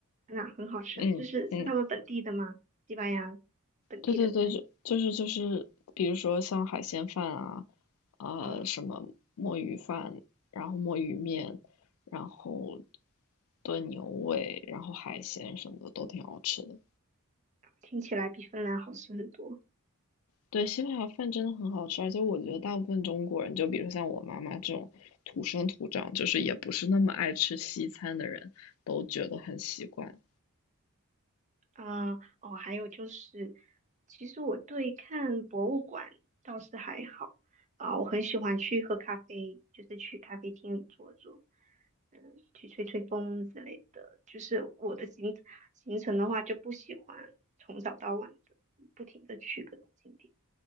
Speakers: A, on the right; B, on the left.
A: 哪很好吃啊？
B: 嗯嗯，
A: 就是是他们本地的吗？西班牙本地的菜，
B: 对对对，就就是就是，比如说像海鲜饭啊，啊、
A: 啊、
B: 什么墨鱼饭，然后墨鱼面，然后炖牛尾，然后海鲜什么的都挺好吃的。
A: 听起来比芬兰好吃很多，
B: 对，西班牙饭真的很好吃，而且我觉得大部分中国人，就比如像我妈妈这种土生土长，就是也不是那么爱吃西餐的人，都觉得很习惯。
A: 啊、哦，还有就是，其实我对看博物馆倒是还好，啊、我很喜欢去喝咖啡，就是去咖啡厅里坐坐。嗯，去吹吹风之类的。就是我的行行程的话，就不喜欢从早到晚的不停的去各种景点